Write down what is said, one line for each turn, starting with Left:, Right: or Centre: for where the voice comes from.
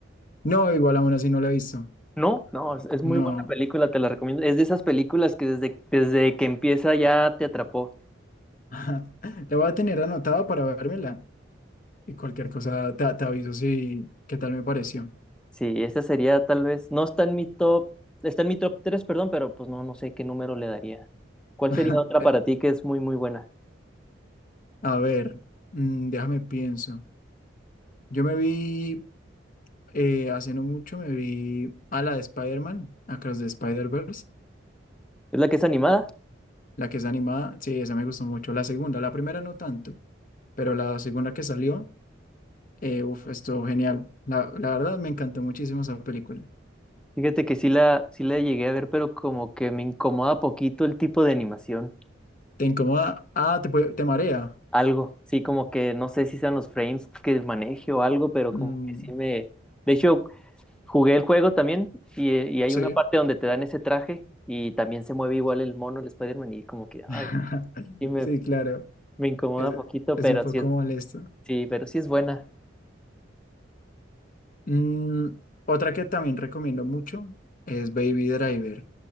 Left: No, igual aún así no la he visto.
Centre: No, no, es, es muy
Left: No.
Centre: buena película, te la recomiendo. Es de esas películas que desde, desde que empieza ya te atrapó.
Left: <laughs> La voy a tener anotada para vérmela. Y cualquier cosa te, te aviso si qué tal me pareció.
Centre: Sí, esta sería tal vez, no está en mi top, está en mi top 3, perdón, pero pues no, no sé qué número le daría. ¿Cuál
Left: <laughs>
Centre: sería otra
Left: Eh,
Centre: para ti que es muy, muy buena?
Left: A ver. mm, déjame pienso. Yo me vi. Eh, hace no mucho me vi a la de Spider-Man, Across the Spider-Verse,
Centre: ¿Es la que es animada?
Left: la que es animada, sí, esa me gustó mucho. La segunda, la primera no tanto, pero la segunda que salió, eh, uf, estuvo genial. La, la verdad me encantó muchísimo esa película.
Centre: Fíjate que sí la, sí la llegué a ver, pero como que me incomoda poquito el tipo de animación.
Left: ¿Te incomoda? Ah, te, puede- te marea.
Centre: Algo, sí, como que no sé si sean los frames que maneje o algo, pero
Left: Mm,
Centre: como que sí me... De hecho, jugué el juego también y, y hay
Left: sí.
Centre: una parte donde te dan ese traje y también se mueve igual el mono, el Spider-Man, y como que,
Left: <laughs>
Centre: ay, sí me,
Left: Sí, claro,
Centre: me incomoda
Left: es,
Centre: poquito,
Left: es
Centre: pero
Left: un poco
Centre: sí es
Left: molesto.
Centre: Sí, pero sí es buena.
Left: Mm, otra que también recomiendo mucho es Baby Driver.